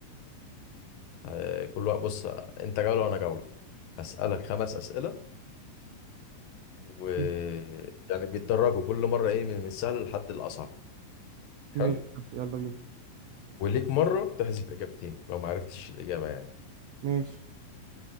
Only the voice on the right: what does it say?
م-
ماشي يلا بينا
ماشي